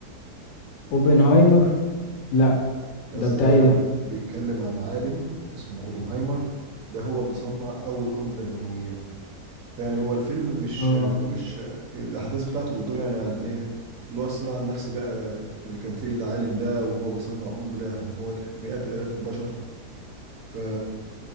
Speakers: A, on the left (about 85°); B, on the right (about 65°).
A: اوبنهايمر لا
B: يا
A: ده
B: اسطى
A: بتاعي
B: ده
A: ده
B: بيتكلم عن عالم اسمه اوبنهايمر ده هو اللي صنع اول قنبله نوويه فيعني هو الفيلم مش
A: اه
B: ما فيهوش الاحداث بتاعته بتدور يعني عن ايه اللي هو الصراع النفسي بقى اللي كان فيه العالم ده وهو بيصنع قنبله هتموت مئات الاف البشر ف